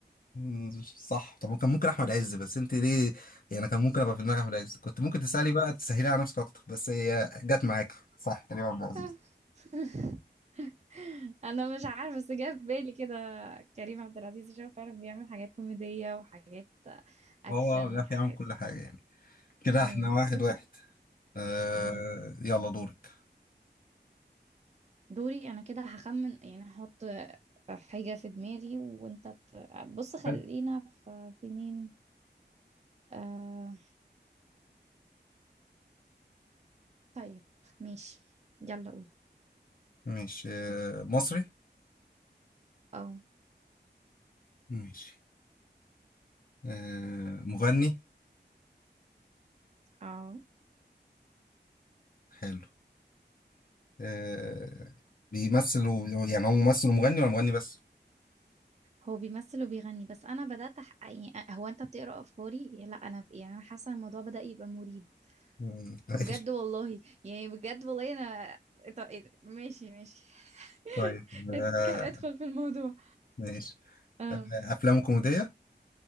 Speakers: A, on the left; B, on the right.
A: مم، صح طب كان ممكن احمد عز بس انت ليه يعني كان ممكن ابقى في دماغي احمد عز كنت ممكن تسالي بقى تسهلي على نفسك اكتر بس هي جت معاك صح كريم عبد العزيز
B: <laughs> <laughs> انا مش عارفه بس جه في بالي كده كريم عبد العزيز عشان هو فعلا بيعمل حاجات كوميديه وحاجات اكشن
A: هو بيعرف
B: وحاجات
A: يعمل كل حاجه يعني كده
B: مم،
A: احنا واحد
B: جوك
A: واحد آه
B: مم.
A: يلا دورك
B: دوري انا كده هخمن يعني هحط حاجه في دماغي وانت ت... بص خلينا
A: حلو
B: في, في مين آه... طيب ماشي يلا قول
A: ماشي آه مصري
B: اه
A: ماشي آه مغني
B: اه
A: حلو آه بيمثل و- يعني هو ممثل ومغني ولا مغني بس
B: هو بيمثل وبيغني بس انا بدات أح... يعني هو انت بتقرا افكاري لا انا يعني انا حاسه الموضوع بدا يبقى مريب
A: مم، <laughs>
B: بجد
A: ماشي
B: والله يعني بجد والله انا طب إيه ده؟ ماشي ماشي <laughs>
A: طيب آه
B: اد- ك- ادخل في الموضوع
A: ماشي
B: اه
A: افلام كوميديه